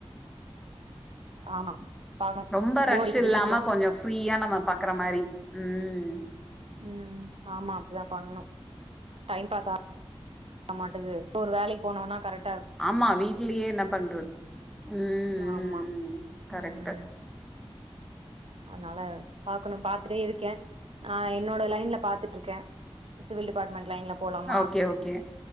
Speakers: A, on the right; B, in the centre.
A: ஆமா பாக்க
B: ரொம்ப ரஷ்
A: போர் அடிக்குது
B: இல்லாம
A: வீட்லயு
B: கொஞ்ச ஃப்ரீயா நம்ம பாக்குற மாரி ம்
A: ம் ஆமா அப்டித்தா பண்ணனு டைம் பாஸ் ஆமாட்டுது இப்ப ஒரு வேலைக்கு போனோனா கரெக்ட்
B: ஆமா வீட்லயே என்ன பண்றது ம்
A: ஆமா
B: கரெக்ட்
A: ம் அதனால பாக்கணு பாத்துட்டே இருக்கே நா என்னோட லைன்ல பாத்துட்ருக்கே சிவில் டிபார்ட்மெண்ட் லைன்ல போலாமா
B: ஓகே ஓகே